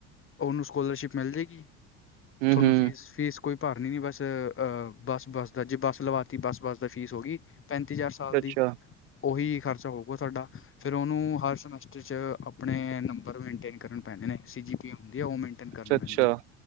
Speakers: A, on the left; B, on the right.
A: ਉਹਨੂੰ ਸਕੋਲਰਸ਼ਿਪ ਮਿਲ ਜਾਵੇਗੀ,
B: ਹੂੰ-ਹੂੰ,
A: ਤੁਹਾਨੂੰ ਫੀਸ -ਫੀਸ ਕੋਈ ਭਰ ਨੀ, ਨੀ ਬਸ ਅਹ ਬੱਸ-ਬੱਸ ਦਾ ਜੇ ਬੱਸ ਲਵਾਤੀ ਬੱਸ-ਬੱਸ ਦਾ ਫੀਸ ਹੋ ਗੀ। ਪੈਂਤੀ ਹਜ਼ਾਰ ਸਾਲ
B: ਅੱਛਾ,
A: ਦੀ ਉਹੀ ਖ਼ਰਚਾ ਹੋਊਗਾ ਤੁਹਾਡਾ। ਫਿਰ ਉਹਨੂੰ ਹਰ ਸਮੈਸਟਰ ਚ ਆਪਣੇ ਨੰਬਰ ਮੇਨਟੇਨ ਕਰਨ ਪੈਂਦੇ ਨੇ ਸੀ ਜੀ। ਹੁੰ ਉਹ ਮੇਨਟੇਨ ਕਰਨੀ
B: ਅੱਛਾ-ਅੱਛਾ,
A: ਪੈਂਦੀ ਹੈ